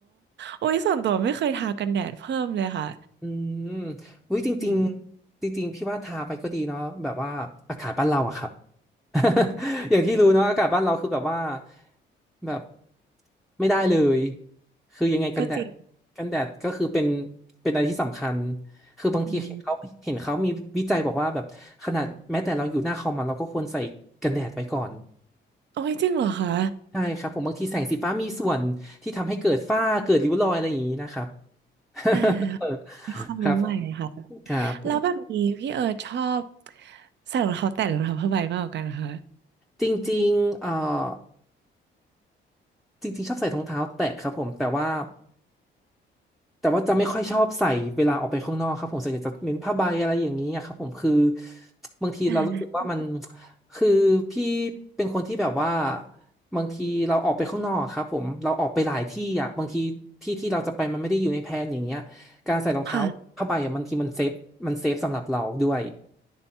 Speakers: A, on the right; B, in the centre.
A: อุ้ยส่วนตัวไม่เคยทากันแดดเพิ่มเลยค่ะ
B: อืมอุ้ยจริงๆจริงๆพี่ว่าทาไปก็ดีเนาะแบบว่าอากาศบ้านเราอะครับ
A: อืม
B: <laughs> อย่างที่รู้เนาะอากาศบ้านเราคือแบบว่าแบบไม่ได้เลยคือยังไงกันแดด
A: ก็จริง
B: กันแดดก็คือเป็นเป็นอะไรที่สำคัญคือบางทีเห็นเขาเห็นเขามีวิจัยบอกว่าแบบขนาดแม้แต่เราอยู่หน้าคอมอะเราก็ควรใส่กันแดดไว้ก่อน
A: อืมโอ้ยจริงเหรอคะ
B: ใช่ครับผมบางทีแสงสีฟ้ามีส่วนที่ทำให้เกิดฝ้าเกิดริ้วรอยอะไรอย่างนี้นะครับ
A: อ่า
B: <laughs>
A: มีความรู้ใหม่ค่ะ
B: ครับผมครับผม
A: แล้วแบบนี้พี่เอิร์ธชอบใส่รองเท้าแตะหรือรองเท้าผ้าใบมากกว่ากันคะ
B: จริงๆเอ่อจริงๆชอบใส่รองเท้าแตะครับผมแต่ว่า แต่ว่าจะไม่ค่อยชอบใส่เวลาออกไปข้างนอกครับผมส่วนใหญ่จะเน้นผ้าใบอะไรอย่างนี้อะครับผมคือบางทีเรารู้สึกว่ามัน
A: อ่า
B: คือพี่เป็นคนที่แบบว่าบางทีเราออกไปข้างนอกอะครับผมเราออกไปหลายที่อ่ะบางทีที่ที่เราจะไปมันไม่ได้อยู่ในแพลนอย่างเงี้ยการใส่รองเท้าผ้าใบอะบางทีมันเซฟมันเซฟสำหรับเราด้วย
A: ค่ะ